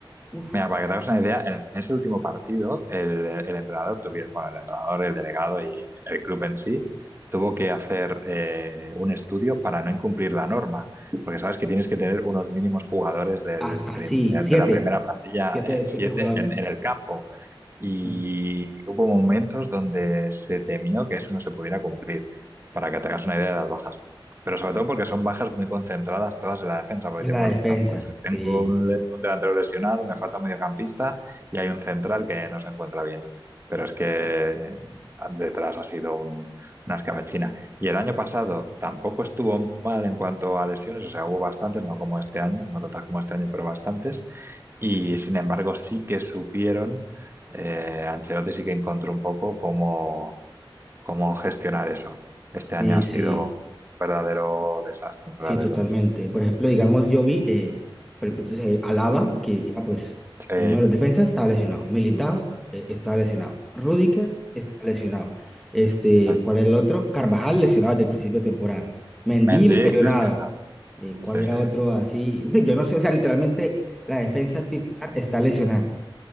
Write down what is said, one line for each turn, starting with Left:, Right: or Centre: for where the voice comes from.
Centre: Uf.
Right: Mira, para que te hagas una idea, en ese último partido el, el entrenador tuvieron, bueno, el entrenador, el delegado y el club en sí tuvo que hacer eh, un estudio para no incumplir la norma, porque sabes que tienes que tener unos mínimos jugadores del
Centre: Ajá,
Right: prim-
Centre: sí,
Right: de
Centre: siete.
Right: la primera plantilla,
Centre: Siete,
Right: eh,
Centre: siete
Right: siete,
Centre: jugadores.
Right: en, en el campo. y
Centre: Mm.
Right: hubo momentos donde se temió que eso no se pudiera cumplir, para que te hagas una idea de las bajas. Pero sobre todo porque son bajas muy concentradas todas en la defensa, porque
Centre: En
Right: dices,
Centre: la
Right: bueno,
Centre: defensa.
Right: pues
Centre: Sí,
Right: tengo un, le- un delantero lesionado, me falta un mediocampista y hay un central que no se encuentra bien. Pero es que ah, detrás ha sido un- una escabechina. Y el año pasado tampoco estuvo mal en cuanto a lesiones, o sea, hubo bastantes, no como este año, no tantas como este año, pero bastantes. Y sin embargo, sí que supieron, eh, Ancelotti sí que encontró un poco cómo, cómo gestionar eso. Este año
Centre: sí,
Right: ha sido
Centre: sí.
Right: un verdadero desastre, un verdadero
Centre: Sí, totalmente.
Right: desastre.
Centre: Por ejemplo, digamos, yo vi, eh, por ejemplo, entonces, eh, Alaba, que ya pues
Right: Sí,
Centre: uno de los defensas estaba lesionado. Militao eh, estaba lesionado. Rudiger está lesionado. Este,
Right: sí.
Centre: ¿cuál era el otro? Carvajal lesionado desde el principio de temporada. Mendy
Right: Mendy,
Centre: lesionado.
Right: Cristiano,
Centre: Eh, ¿cuál
Right: sí,
Centre: era
Right: sí,
Centre: otro así? <laughs> Yo no sé, o sea, literalmente la defensa titular está lesionada.